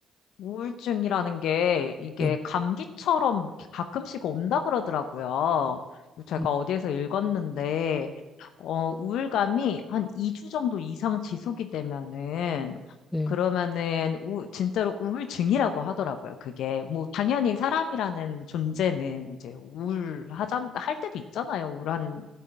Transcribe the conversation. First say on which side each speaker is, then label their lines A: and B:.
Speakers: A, on the left (about 65°); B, on the left (about 15°).
A: 우울증이라는 게 이게
B: 네,
A: 감기처럼 이렇게 가끔씩 온다 그러더라고요. 제가
B: 음,
A: 어디에서 읽었는데, 어, 우울감이 한 2주 정도 이상 지속이 되면은,
B: 네.
A: 그러면은, 우, 진짜로 우울증이라고 하더라고요. 그게, 뭐, 당연히 사람이라는 존재는 이제 우울하자, 할 때도 있잖아요. 우울한,